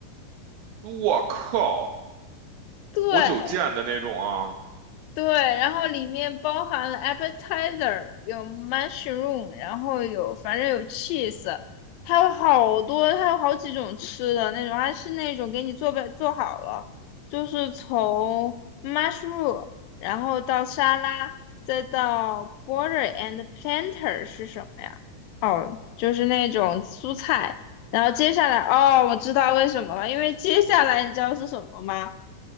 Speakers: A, on the right; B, on the left.
A: <laughs> 我靠，
B: 对，
A: 活久见的那种啊，
B: 对，然后里面包含了 appetizer，有 mushroom，然后有反正有 cheese，它有好多，它有好几种吃的那种，还是那种给你做备做好了，就是从 mushroom，然后到沙拉，再到 b o r d e r and planter 是什么呀？哦，就是那种蔬菜，然后接下来，哦，我知道为什么了，因为接下来你知道是什么吗？